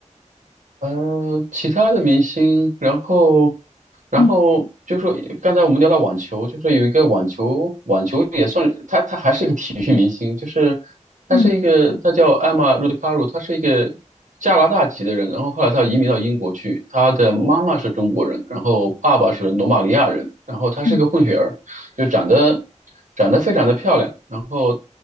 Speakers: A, on the right; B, on the left.
A: 呃，其他的明星，然后然后就说刚才我们聊到网球，
B: 嗯
A: 就是有一个网球网球也算他他还是一个体育明星，就是他是一个他叫艾玛茹德卡鲁，
B: 嗯
A: 他是一个加拿大籍的人，然后后来他移民到英国去，他的妈妈是中国人，然后爸爸是罗马尼亚人，然后他是个混血儿。
B: 嗯
A: 就长得长得非常的漂亮，然后